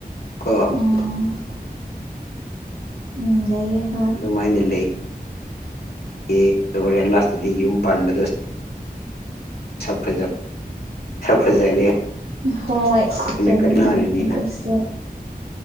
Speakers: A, on the left; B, on the right.
A: ꯑꯣ
B: ꯎꯝ ꯎꯝ ꯂꯩꯌꯦ ꯍꯣꯏ
A: ꯃꯥꯏꯅ ꯂꯩ ꯌꯦ ꯑꯗꯣ ꯍꯣꯔꯦꯟ ꯂꯥꯁꯇꯗꯤ ꯌꯨꯝ ꯄꯥꯟꯕꯗꯣ ꯁꯛ ꯐꯖꯕꯥ ꯁꯛ ꯐꯥꯖꯔꯦ
B: ꯍꯣꯏ ꯆꯨꯃꯤꯅꯦ
A: ꯀꯠꯅꯔꯤꯅꯤꯅ
B: ꯑꯗꯨꯁꯨ